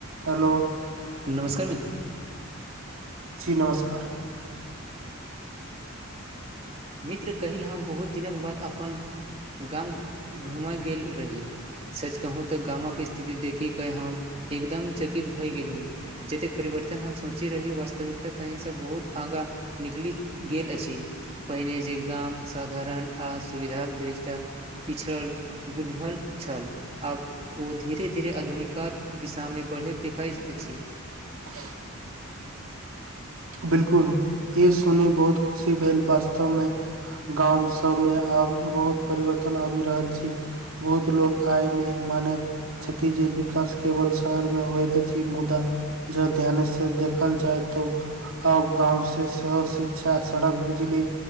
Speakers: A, on the right; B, on the right.
A: हेलो
B: नमस्कार मित्र
A: जी नमस्कार
B: मित्र कैल्ह हम बहुत दिनक बाद अपन गाम घूमे गेल रही सच कहू त गामक स्थिति देखीक क हम एकदम चकित भए गेलउं जतेक परिवर्तन हम सोची रही वास्तविकता कहीं स बहुत आगाँ निकली गेल अछि पहिने जे गाम साधारण आ सुविधाक दृष्टटा पिछड़ल बुझल छल आब ओ धीरे धीरे आधुनिका दिशामे बढ़ैत दिखाइ अछि
A: <unintelligible> बिल्कुल ई सुनी बहुत खुशी भेल वास्तव मे गाम सभमे आब बहुत परिवर्तन आबी रहल छी बहुत लोक आय मे मानैत छथी विकास केवल शहरमे होइत अछी मुदा ज ध्यान से देखल जाइ तो आ गाँव से सेहो शिक्षा सड़क बिजली